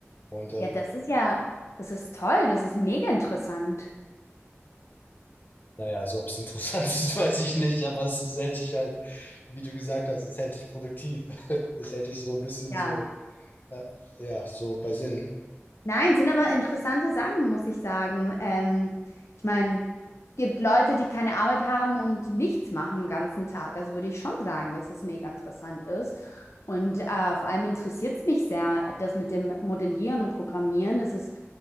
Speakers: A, on the left; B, on the left.
A: Und ähm,
B: Ja, das ist ja, das ist toll, das ist mega interessant.
A: naja, also ob es interessant <laughs> ist, weiß ich nicht, aber es, es hält dich halt, wie du gesagt hast, es hält dich produktiv. <laughs> Das hält dich so ein bisschen
B: Ja.
A: so, äh, ja, so bei Sinn.
B: Nein, sind aber interessante Sachen, muss ich sagen. Ähm, ich meine, es gibt Leute, die keine Arbeit haben und nichts machen den ganzen Tag. Also würde ich schon sagen, dass das mega interessant ist. Und äh, vor allem interessiert es mich sehr, das mit dem Modellieren und Programmieren. Das ist,